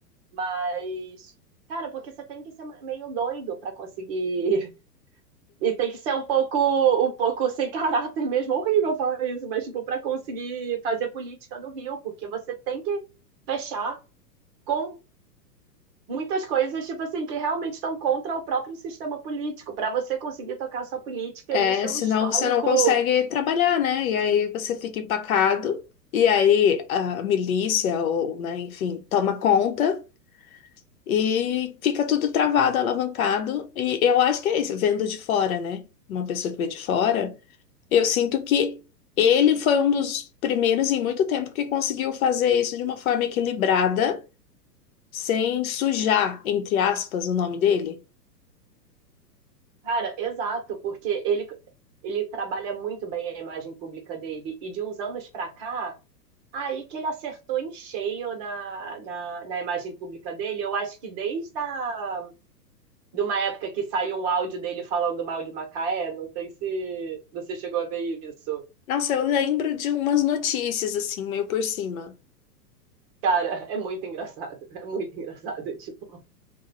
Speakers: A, on the right; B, on the left.
A: mas cara, porque você tem que ser meio doido para conseguir <laughs> e tem que ser um pouco um pouco sem caráter mesmo, horrível falar isso, mas tipo para conseguir fazer política no Rio, porque você tem que fechar com muitas coisas, tipo assim, que realmente estão contra o próprio sistema político, para você conseguir tocar a sua política,
B: É,
A: e isso é
B: senão
A: um histórico,
B: você não consegue trabalhar, né? E aí você fica empacado, e aí a milícia, ou, né, enfim, toma conta. E fica tudo travado, alavancado. E eu acho que é isso, vendo de fora, né? Uma pessoa que vê de fora, eu sinto que ele foi um dos primeiros em muito tempo que conseguiu fazer isso de uma forma equilibrada, sem sujar, entre aspas, o nome dele.
A: cara, exato, porque ele, ele trabalha muito bem a imagem pública dele, e de uns anos para cá, aí que ele acertou em cheio na, na, na imagem pública dele, eu acho que desde a, de uma época que saiu um áudio dele falando mal de Macaé, não sei se você chegou a ver isso.
B: Nossa, eu lembro de umas notícias assim, meio por cima.
A: Cara, é muito engraçado, <laughs> é muito engraçado, tipo,